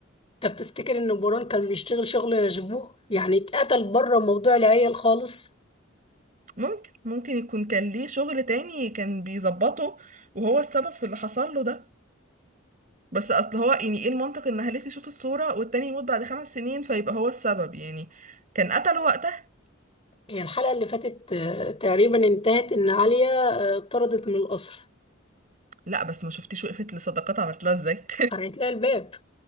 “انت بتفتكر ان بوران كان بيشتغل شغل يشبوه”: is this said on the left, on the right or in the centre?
Left